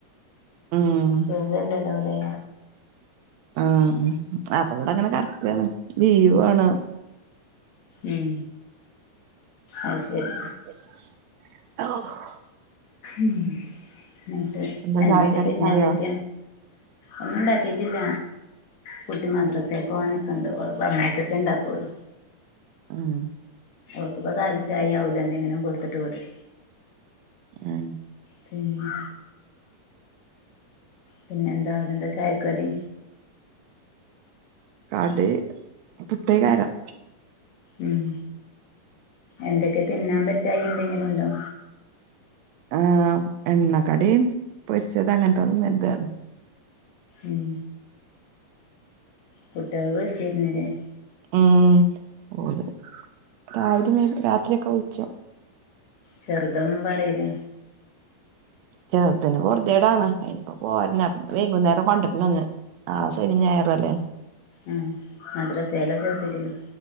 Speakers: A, on the right (about 85°); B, on the left (about 60°).
A: ഉം
B: സൂഖല്ലല്ലോല്ലേ
A: ആഹ് അപ്പൊവടെങ്ങനെ കടക്കാണ് ലീവാണ്
B: ഉം അഹ് ശരി
A: <unintelligible>
B: ഉം എന്നട്ട്
A: എന്താ
B: എന്തൊക്കെ
A: ചായേം കടിയൊക്കെ
B: തിന്നാൻ
A: ആയോ
B: പറ്റ ഒന്നുണ്ടാക്കിയിട്ടില്ല കുട്ടി മദ്രസേക്കോവാൻ നിക്ക്ണ്ട് ഓളെ പറഞ്ഞയച്ചിട്ടേണ്ടാക്കുള്ളൂ
A: ഉം
B: ഓക്ക്പ്പ കാൽച്ചായി ഔല് എന്തെങ്കിലും കൊടുത്തിട്ട് വിടും
A: ആഹ്
B: പിന്നെ പിന്നെ എന്താഅവിടെന്താ ചായക്കടി
A: കടി പുട്ടേക്കാരം
B: ഉം എന്തൊക്കെ തിന്നാൻ പറ്റായി എന്തെങ്കിലും ഉണ്ടോ
A: ആഹ് എണ്ണക്കടീം പൊരിച്ചത് അങ്ങൻത്തെതുന്നേര്താർഞ്
B: ഉം കുട്ടിളോട് <unintelligible>
A: ഉം രാവിലെ രാത്രിയ ഒക്കെ വിളിച്ചോ
B: ചെറുതൊന്നും പറീലെ
A: ചെറുത്ന് പൊർത്യേടാണ് അയിനിപ്പ പോര്ന വൈകുന്നേരം കൊണ്ടര്ന്നന്ന് നളെ ശനി ഞായറല്ലേ
B: എഹ് മദ്രസേലോ ചേർത്തിട്ടില്ല